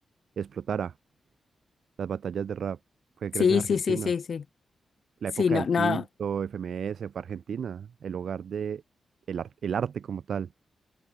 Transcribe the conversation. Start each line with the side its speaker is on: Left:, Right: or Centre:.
Right: explotara las batallas de rap. Fue
Left: Sí,
Right: gracias a Argentina.
Left: sí, sí, sí, sí.
Right: La
Left: Sí,
Right: época
Left: no,
Right: del
Left: no,
Right: Quinto, FMS, fue Argentina, el hogar de el, ar- el arte como tal.